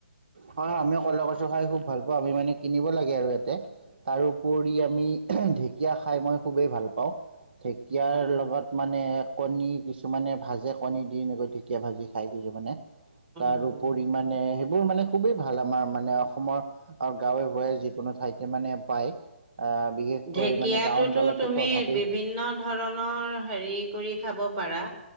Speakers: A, on the right; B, on the right.
A: হয় আমিও কলা কচুু খাই খুব ভাল পাওঁ আমি মানে কিনিব লাগে আৰু ইয়াতে তাৰপৰি আমি ঢেঁকীয়া খাই মই খুবেই ভাল পাওঁ। ঢেঁকীয়াৰ
B: উম
A: লগত মানে কণী কিছুমানে ভাজে কণী দি এনেকৈ ঢেকীয়া ভাজি খায় কিছুমানে
B: উম,
A: তাৰ
B: উম,
A: উপৰি মানে সেইবোৰ মানে খুবেই ভাল আমাৰ মানে অসমৰ গাঁৱে ভূঞে যিকোনো ঠাইতে মানে পায় আ বিশেষকৈ
B: ঢেকীয়াটোতো
A: মানে গাওঁ অঞ্চলটোতো
B: তুমি
A: অভাৱেই
B: বিভিন্ন
A: নাই
B: ধৰণৰ হেৰি কৰি খাব পাৰা